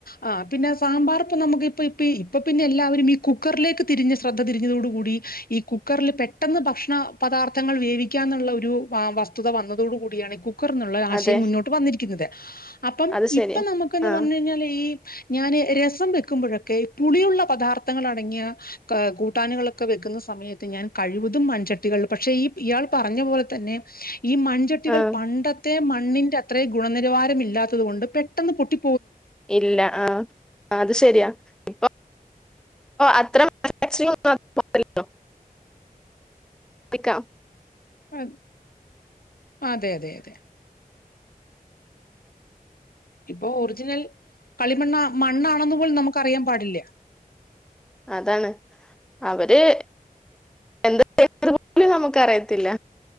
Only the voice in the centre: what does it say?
അതെ
അത് ശരിയാ
ആഹ്
ആഹ്
ഇല്ല ആ അത്ശെരിയാ ഇപ്പൊ അത്ര <unintelligible> <unintelligible> പിക്കാം
അതാണ് അവര് എന്ത് <unintelligible> പോലും നമുക്കറിയത്തില്ല